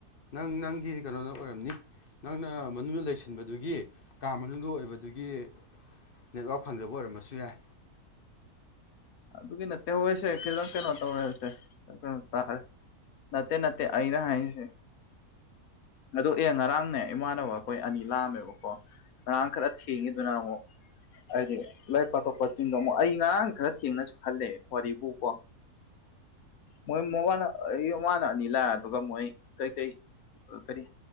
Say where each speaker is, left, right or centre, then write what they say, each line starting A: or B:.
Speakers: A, on the left; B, on the left.
A: ꯅꯪ ꯅꯪꯒꯤ ꯀꯩꯅꯣꯅ ꯑꯣꯏꯔꯝꯅꯤ ꯅꯪꯅ ꯃꯅꯨꯡꯗ ꯂꯩꯁꯤꯟꯕꯗꯨꯒꯤ ꯀꯥ ꯃꯅꯨꯡꯗ ꯑꯣꯏꯕꯗꯨꯒꯤ ꯅꯦꯠꯋꯥꯛ ꯐꯪꯗꯕ ꯑꯣꯏꯔꯝꯃꯁꯨ ꯌꯥꯏ
B: ꯑꯗꯨꯒꯤ ꯅꯠꯇꯦ ꯍꯣꯏꯁꯦ ꯈꯤꯇꯪ ꯀꯩꯅꯣ ꯇꯧꯔꯦ ꯍꯧꯁꯦꯅꯣ ꯇꯥ ꯅꯠꯇ ꯅꯠꯇ ꯑꯅ ꯍꯥꯏꯁ ꯑꯗꯨ ꯑꯦ ꯉꯔꯥꯡꯅꯦ ꯏꯃꯥꯟꯅꯕ ꯑꯩꯈꯣꯏ ꯑꯅꯤ ꯂꯥꯛꯑꯝꯃꯦꯕꯀꯣ ꯉꯔꯥꯡ ꯈꯔ ꯊꯦꯡꯉꯤꯗꯨꯅ ꯑꯃꯨꯛ ꯍꯥꯏꯗꯤ ꯂꯥꯏꯔꯤꯛ ꯄꯥꯊꯣꯛ ꯄꯥꯁꯤꯡꯗꯣ ꯑꯃꯨꯛ ꯑꯩ ꯉꯔꯥꯡ ꯈꯔ ꯊꯦꯡꯅꯁꯨ ꯈꯜꯂꯦ ꯋꯥꯔꯤꯕꯨ ꯀꯣ ꯃꯣꯏ ꯃꯕꯥꯅ ꯑꯩ ꯃꯃꯥꯅ ꯑꯅꯤ ꯂꯥꯛꯑ ꯑꯗꯨꯒ ꯃꯣꯏ ꯀꯩꯀꯩ ꯀꯔꯤ